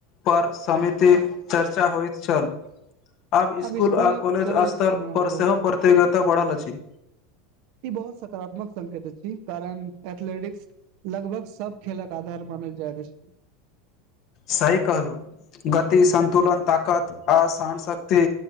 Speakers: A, on the left; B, on the right.
A: पर समिति चर्चा होइत छल आब
B: अब
A: इस्कुल
B: स्कुलक
A: आ कॉलेज स्तरपर
B: हँ बहुत
A: सेहो प्रतियोगिता बढ़ल अछि
B: ई बहुत सकारात्मक संकेत अछी कारण एथलेटिक्स लगभग सब खेलक आधार मानल जाइत अछि <inaudible>
A: सहि कहलहु गति संन्तुलन ताकत आ सहनशक्ति